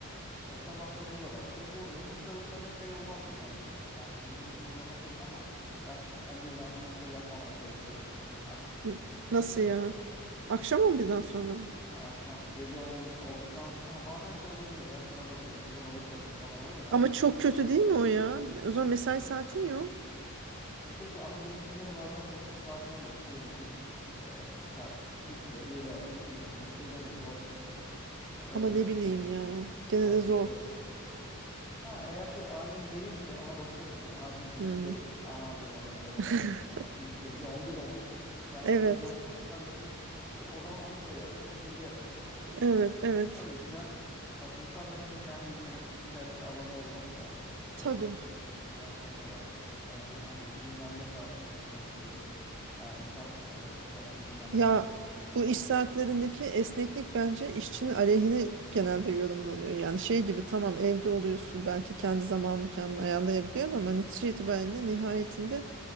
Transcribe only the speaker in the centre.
ya sabah 9'da başlıyor. Bu remote çalışmada şey olmaz genelde. Yani bunun bir sınırlaması yok ama ben on birden sonra bir şey yapmamaya çalışıyorum. Çünkü artık
e, benim
özel
gece
ha, akşam gece 11 olduktan sonra ha, bazen şey olabiliyor. Ya şuna da bir bakın, buna da bir bakın falan oluyor da
o
zaman
E kötü ama gün içinde de bazen boş saatin oluyor. Diyelim ki e, işte saat 3 ile 7 arasında kimse sana bir şey demiyor. Boşsun. Öyle
bir
hani
elastik
çalışma şeyleri var. Ha eğer çok acil değilse ona bakıyorum ben. Acil mi?
Değil. Aman diyorum o zaman yarın
bakarız falan. Çünkü gece 11 olmuş. Ben
şimdi onun başına otursam belki e, o zaman 12'de yatacağım, 1'de yatacağım yani.
O yüzden hani insanların da kendi bir hani kişisel bir alanı olması lazım.
O gece 11-12'den sonra da bence hani dinlenme saati gibi düşünüyorum. Yani insan evet o saatte dinlenmeli.
Hı.